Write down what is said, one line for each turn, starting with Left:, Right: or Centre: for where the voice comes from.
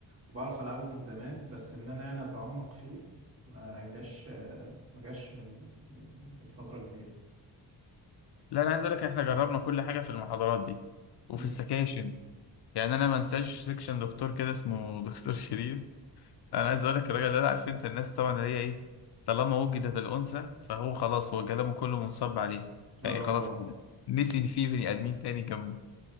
Right: وبعرف ألعبه من زمان بس إن أنا يعني أتعمق فيه ما جاش ما جاش من من من فترة كبيرة
Left: لا انا عايز اقول لك احنا جربنا كل حاجه في المحاضرات دي
Right: مم.
Left: وفي السكاشن يعني انا ما انساش سكشن دكتور كده اسمه <laughs> دكتور شريف انا عايز اقول لك الراجل ده عارف انت الناس طبعا اللي هي ايه طالما وجدت الانثى فهو خلاص هو كلامه كله منصب عليه
Right: اه
Left: يعني خلاص كده نسي ان في بني ادمين تاني جنبه